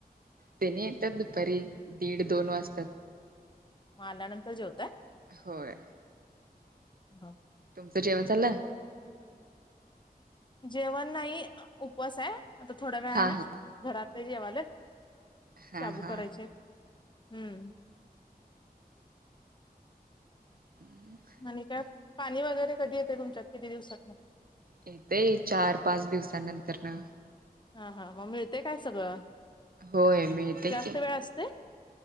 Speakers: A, on the right; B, on the left.
A: त्यानी येतात दुपारी दीड दोन वाजतात
B: म आल्या नंतर जेवताय?
A: होय
B: हा
A: तुमच जेवण झालं?
B: जेवण नाही उपवास हाय आता थोड्या वेळानं
A: हा हा
B: घरातले जेवालेत
A: हा
B: शाबू
A: हा
B: करायचे, हम्म
A: ह
B: आणि काय? पाणी वगैरे कधी येतेय तुमच्यात किती दिवसातंन?
A: येतय चार पाच दिवसानंतरन
B: हा हा मग मिळते काय सगळं,
A: होय मिळते
B: जास्त
A: की
B: वेळ असते?